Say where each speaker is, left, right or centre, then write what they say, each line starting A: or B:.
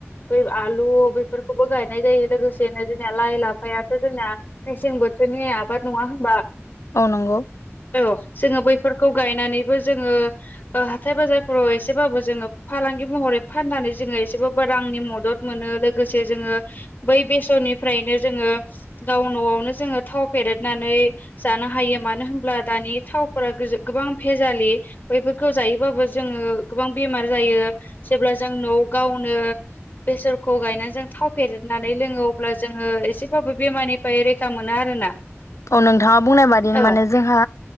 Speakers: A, on the left; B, on the left.
A: बै आलु बैफोरखौबो गाय नाय जायो लोगोसेनो जोंना लाइ लाफायाथ' जोंना मेसें बोथोरनि आबाद नङा होनबा?
B: औ नंगौ
A: औ जोङो बैफोरखौ गायनानैबो जोङो हाथाय बाजारफोराव एसेबाबो जोङो फालांगि महरै फाननानै जोङो एसेबाबो रांनि मदद मोनो लो गोसे जोङो बै बेसरनिफ्रायनो जोङो गाव न'आवनो जोङो थाव फेरेदनानै जानो हायो मानो होनब्ला दानि थावफोरा गो-गोबां भेजालि बैफोर खो जायोबो जोङो गोबां बेमार जायो । जेब्ला जों न' गावनो बेसरखौ गायना जों थाव फेरनानै लोङो अब्ला जोङो एसेबाबो बेमारनिफ्राय रैखा मोनो आरोना।
B: औ नोंथाङा बुंनाय बादि
A: औ
B: माने जोंहा